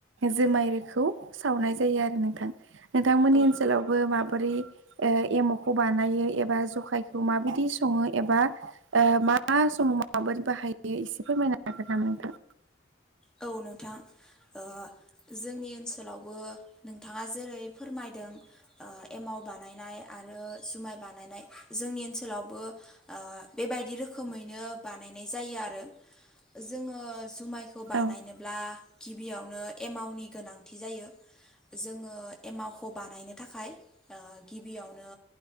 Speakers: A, on the right; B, in the centre.
A: जुमाय रोखौ सावनाय जायो आरो नोंथां। नोंथांमोननि
B: औ
A: ओनसोलावबो माबोरै ओ एमावखौ बानायो एबा जखायखौ माबायदि संङो एबा मा मा समाव माबोरै बाहायो एसे फोरमायनो हागोन नामा नोंथां?
B: औ नोंथां ओ जोंनि ओनसो सोलावबो नोंथांङा जेरै फोरमायदों ओ एमाव बानायनाय आरो जुमाय बा नायनाय जोंनि ओनसोलावबो ओ बेबायदि रोखोमैनो बानायनाय जायो आरो। जोंङो जुमाय खौ बानायनोब्ला
A: औ
B: गिबियावनो एमावनि गोनांथि जायो जोंङो एमावखौ बानायनो थाखाय गिबियावनो